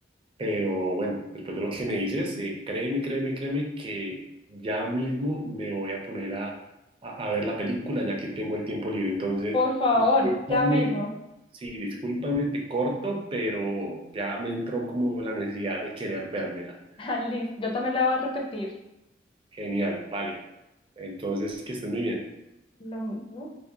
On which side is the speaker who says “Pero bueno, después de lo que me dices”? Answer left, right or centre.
Right